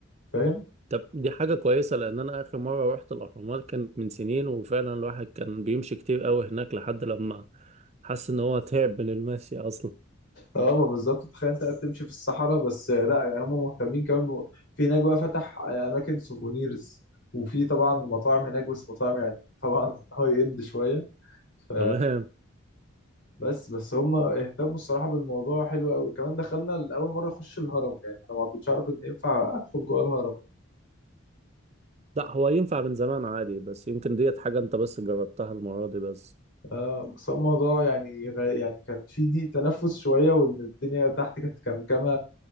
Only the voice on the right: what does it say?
طب دي حاجه كويسه لان انا اخر مره رحت الاهرامات كانت من سنين وفعلا الواحد كان بيمشي كتير قوي هناك لحد لما حس ان هو تعب من المشي اصلا
تمام
لا هو ينفع من زمان عادي بس يمكن ديت حاجة انت بس جربتها المرة دي بس